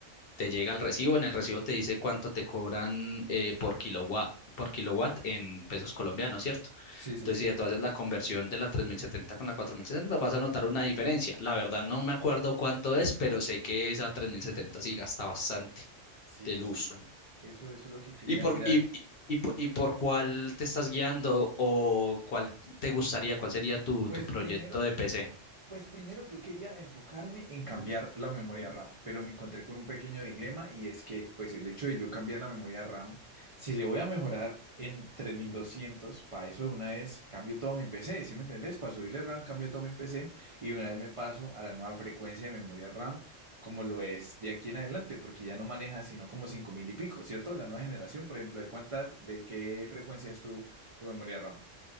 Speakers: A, on the left (about 60°); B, on the right (about 45°).
A: te llega el recibo, en el recibo te dice cuánto te cobran eh, por kilowatt, por kilowatt en pesos colombianos, ¿cierto?
B: Sí, sí,
A: Entonces,
B: sí.
A: si tú haces la conversión de la 3070 con la cuatro mil setenta vas a notar una diferencia. La verdad no me acuerdo cuánto es, pero sé que esa 3070 sí gasta bastante
B: Sí,
A: de luz.
B: sí, eso, eso es lo que quería
A: ¿Y por,
B: mirar.
A: y, y, y por, y por cuál te estás guiando o cuál te gustaría, cuál sería tu,
B: Pues
A: tu proyecto
B: primero,
A: de PC?
B: Pues primero yo quería enfocarme en cambiar la memoria RAM, pero me encontré con un pequeño dilema y es que pues el hecho de yo cambiar la memoria RAM, si le voy a mejorar en 3200, para eso de una vez cambio todo mi PC, ¿sí me entendés? Para subirle RAM cambio todo mi PC y de una vez me paso a la nueva frecuencia de memoria RAM como lo es de aquí en adelante, porque ya no maneja sino como 5000 y pico, ¿cierto? La nueva generación, por ejemplo, ¿de cuántas, de qué frecuencia es tu, tu memoria RAM?